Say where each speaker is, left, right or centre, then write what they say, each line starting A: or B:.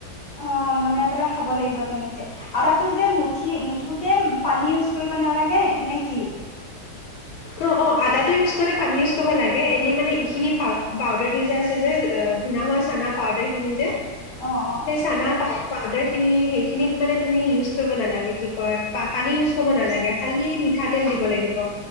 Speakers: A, on the left; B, on the left.
A: অ বনাই পেলাই খাব লাগিব তেনেকে। আটাটো যে মুঠি মুঠুতে পানী ইউজ কৰিব নালাগে নে কি?
B: অ অ আটাটো ইউজ কৰোতে পানী ইউজ কৰিব লাগে। এনেই মানে এইখিনি পাউ পাউদাৰটো যে আছে যে এ ভুনা হোৱা চানা পাউদাৰ খিনি যে
A: অ', অ',
B: সেই চানা পাউ পাউদাৰ খিনি সেইখিনিত মানে তুমি ইউজ কৰিব নালাগে। কি কয় পা পানী ইউজ কৰিব নালাগে, খালী মিঠাতেল দিব লাগিব।